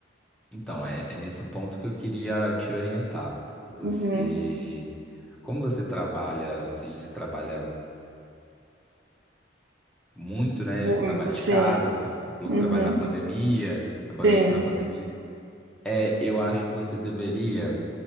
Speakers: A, in the centre; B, on the right.
A: Então, é, é nesse ponto que eu queria te orientar. Você,
B: Uhum,
A: como você trabalha, você disse que trabalha muito, né?
B: muito,
A: Trabalha
B: sim.
A: de casa, você você falou
B: Uhum.
A: que trabalha na pandemia,
B: Sim.
A: trabalhou muito na pandemia. É, eu acho que você deveria,